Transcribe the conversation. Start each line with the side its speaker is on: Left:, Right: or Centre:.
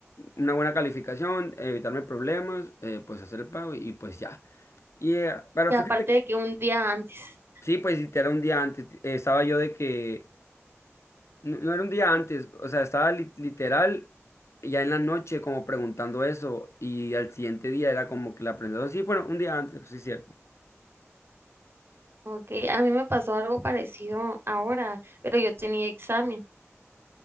Left: una buena calificación, evitarme problemas, eh, pues hacer el pago y, pues ya. Y, eh, pero
Right: Y aparte
Left: fíjate,
Right: de que un día antes,
Left: sí, pues si era un día antes, eh, estaba yo de que no, no era un día antes, o sea, estaba li- literal ya en la noche como preguntando eso y al siguiente día era como que la aprendió. Sí, bueno, un día antes, sí, cierto.
Right: ok, a mí me pasó algo parecido ahora, pero yo tenía examen